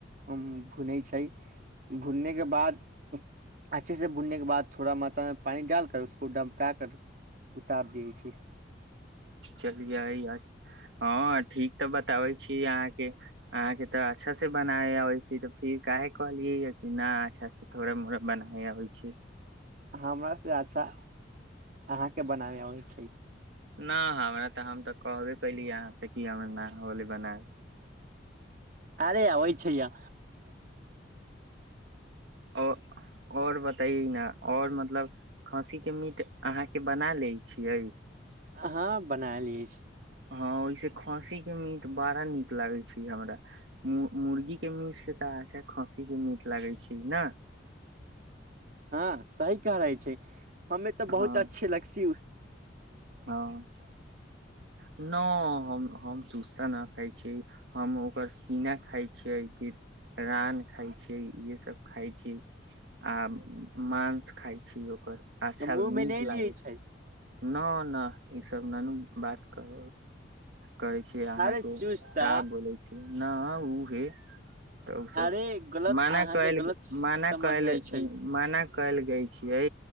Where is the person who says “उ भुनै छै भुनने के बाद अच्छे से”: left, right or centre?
Right